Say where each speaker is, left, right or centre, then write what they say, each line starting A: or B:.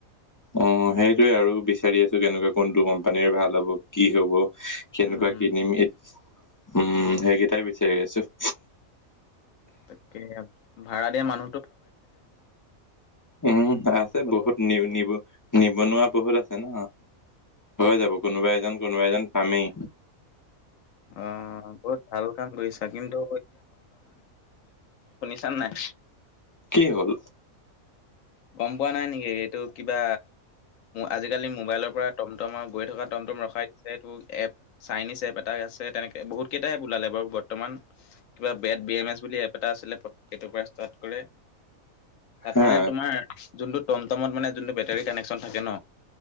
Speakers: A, on the left; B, on the left.
A: অ সেইটোয়ে আৰু বিচাৰি আছো কেনেকুৱা কোনটো কোম্পানীৰ ভাল হ'ব কি হব কেনেকুৱা
B: উম
A: কিনিম উম সেইকেইটাই বিচাৰি আছো
B: তাকে ভাড়া দিয়া মানুহ।
A: উম
B: টমটম
A: আছে
B: চলোৱা
A: বহুত নিব নিব। নিবনুৱা বহুত আছে ন হৈ যাব কোনোবা এজন কোনোবা এজন পামেই।
B: অ বহুত ভাল কাম কৰিছা কিন্তু চানাই
A: কি হ'ল
B: গম পোৱা নাই নেকি এইটো কিবা। আজিকালি মোবাইলৰ পৰা টমটমৰ গৈ থকা টমটম ৰখাই দিছে এইটো এপ চাইনিজ এপেএটা আছে তেনেকে বহুত কেইটাই ওলালে বাৰু বৰ্তমান কিবা বেট বি এম এছ বুলি এপ এটা আছিলে হেটো পা গলে তাত
A: হা
B: মানে তোমাৰ যোনটো টমটমত মানে যোনটো বেটাৰী কানেকচন থাকে ন।